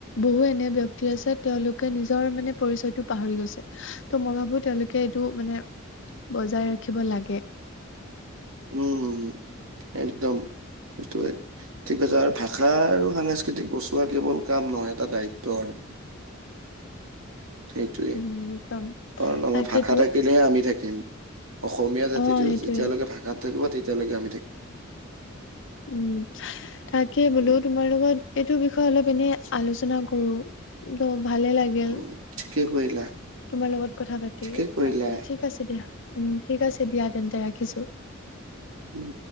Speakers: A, on the left; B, on the right.
A: বহু এনে ব্যক্তি আছে তেওঁলোকে নিজৰ মানে পৰিচয়টো পাহৰি গৈছে ত' মই ভাবো তেওঁলোকে এইটো মানে বজাই ৰাখিব লাগে
B: উম একদম এইটো হয় ঠিক কৈছা আৰু ভাষা আৰু সাংস্কৃতিক বচোৱা কেৱল কাম নহয় এটা দায়িত্ব আৰু সেইটোৱে
A: উম একদম
B: কাৰণ আমাৰ
A: তাকেতো
B: ভাষা থাকিলেহে আমি থাকিম অসমীয়া জাতিটো
A: অ সেইটোৱে
B: যেতিয়ালৈকে ভাষাত থাকিব তেতিয়ালৈকে আমি থাকিম
A: উম তাকে বোলো
B: উম,
A: তোমাৰ লগত এইটো বিষয়ে অলপ এনেই আলোচনা কৰো ত ভালে লাগ গিল
B: উম, ঠিকে কৰিলা
A: তোমাৰ লগত কথা পাতি
B: ঠিকে কৰিলা
A: তাকে ঠিক আছে দিয়া উম ঠিক আছে দিয়া তেন্তে ৰাখিছো
B: উম